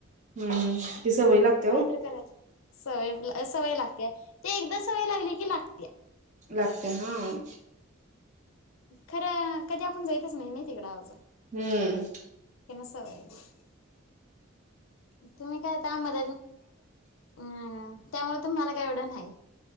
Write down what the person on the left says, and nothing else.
कायतरी करायला सवय सवय लागतेय ती एकदा सवय लागली की लागतीया.
खरं कधी आपण जायतच नाही ना तिकड अजून-
त्यंना सवय नाही तुम्ही काय आता आम्हा- <inaudible> त्यामुळे तुमला काय एवढं नाही.